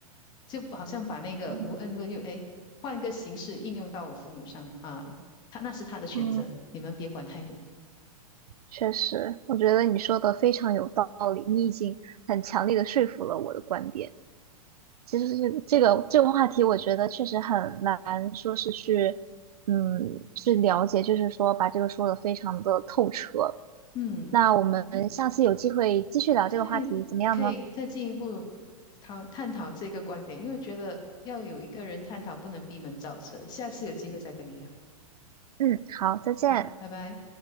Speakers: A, on the left; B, on the right.
A: 就好像把那个无恩论用，
B: 嗯
A: 哎，换一个形式应用到我父母上啊，他那是他的选择，
B: 嗯
A: 你们别管太多。
B: 确实，我觉得你说的非常有道理，你已经很强烈的说服了我的观点。其实这个这个这个话题，我觉得确实很难说是去嗯去了解，就是说把这个说的非常的透彻。
A: 嗯。
B: 那我们下次有机会继续聊这个话题，
A: 再
B: 怎么样呢？
A: 可以再进一步讨探讨这个观点，因为觉得要有一个人探讨，不能闭门造车。下次有机会再跟你聊。
B: 嗯，好，再见。
A: 好，拜拜。